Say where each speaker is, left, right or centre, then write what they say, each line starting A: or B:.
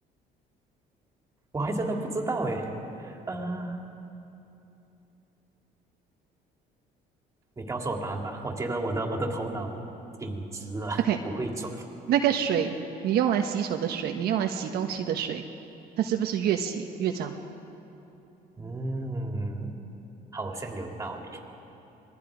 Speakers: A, on the right; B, on the right.
A: 我还真的不知道诶，啊，你告诉我答案吧，我觉得我的我的头脑挺直的，
B: ，OK，
A: 不会转。
B: 那个水，你用来洗手的水，你用来洗东西的水，它是不是越洗越脏？
A: 嗯，好像有道理。